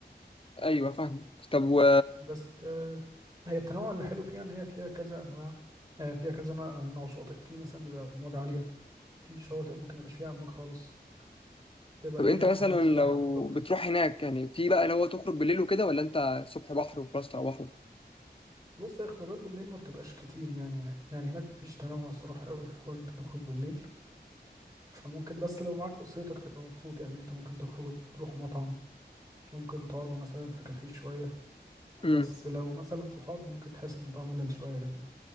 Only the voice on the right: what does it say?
بس آه، هي التنوع اللي حلو فيها ان هي فيها كذا انواع آه، فيها كذا نوع نوع شواطئ في مثلا بيبقى امواج عاليه في شواطئ ممكن ميبقاش فيها امواج خالص تبقى
كأنك
في حمام سباحه
بالظبط
بص هي خروجات بالليل ما بتبقاش كتير يعني يعني هناك مفيش تنوع الصراحه قوي في حوار انت تخرج بالليل فممكن بس لو معاك اسرتك تبقى مبسوط يعني انت ممكن تخرجوا تروحوا مطعم ممكن تقعدوا مثلا في كافيه شويه بس
لو مثلا صحاب ممكن تحس الموضوع ملل شويه لان